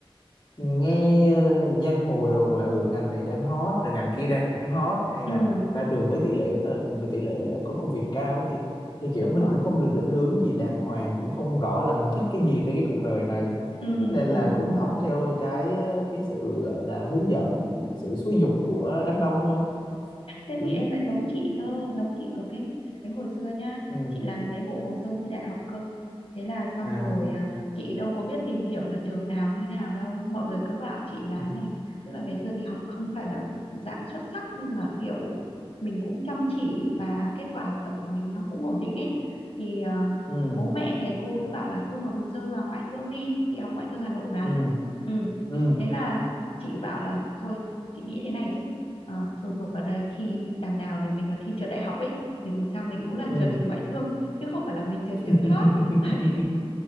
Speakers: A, on the left (about 45°); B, on the left (about 70°).
A: nghe ờ, giang hồ đồn là ừ ngành này đang hot rồi ngành kia đang hot hay
B: ừ,
A: là ra trường với tỷ lệ thơ- tỷ lệ là có công việc cao thì thì kiểu
B: đúng
A: mình
B: rồi.
A: cũng không được định hướng gì đàng hoàng cũng không rõ là mình thích cái gì trên cái cuộc đời này
B: Ừ ừ
A: nên là
B: ừ.
A: cũng
B: ừ.
A: học theo cái ờ, cái sự ờ, là hướng dẫn sự xúi giục của đám đông thôi
B: thế
A: ừ
B: thì em lại giống chị cơ giống chị cực ấy cái hồi xưa nhá
A: ừ
B: chị làm mấy bộ hồ sơ thi đại học cơ thế là xong
A: à
B: rồi à, chị đâu có biết tìm hiểu là trường nào như nào đâu mọi người cứ bảo chị là
A: ừ
B: thế này tức là ngày xưa thì học không phải là dạng xuất sắc nhưng mà kiểu mình cũng chăm chỉ và kết quả học tập của mình nó cũng ổn định ấy thì à,
A: ừ
B: bố mẹ thầy cô cứ bảo là thôi nộp hồ sơ vào ngoại thương đi chị học ngoại thương Hà Nội mà
A: ừ
B: ừ
A: ừ
B: thế là chị bảo là thôi chị nghĩ thế này chứ Ờ, thôi nộp vào đây thi đằng nào để mình mà thi trượt đại học ấy thì dù sao mình cũng là
A: ừ
B: trượt trường ngoại thương chứ không phải là mình trượt trường
A: <laughs>
B: khác <laughs> Đấy,